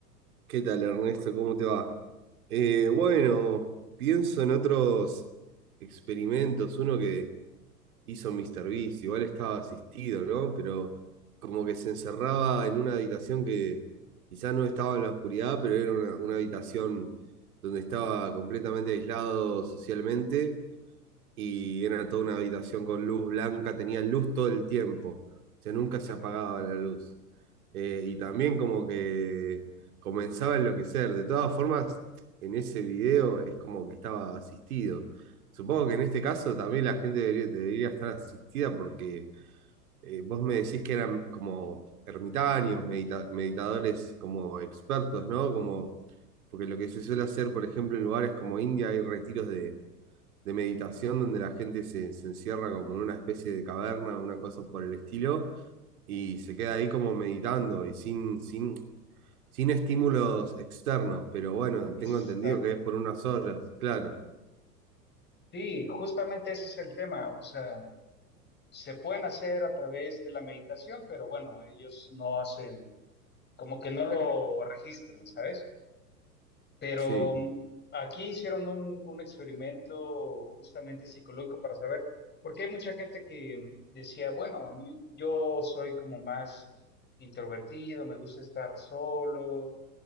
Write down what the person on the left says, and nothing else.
Ok,
exacto.
Sí, justamente ese es el tema. O sea, se pueden hacer a través de la meditación, pero bueno, ellos no hacen, como que no lo registran, ¿sabes? Pero
mm, aquí hicieron un, un experimento justamente psicológico para saber, porque hay mucha gente que mm, decía, bueno, a mí yo soy como más introvertido, me gusta estar solo,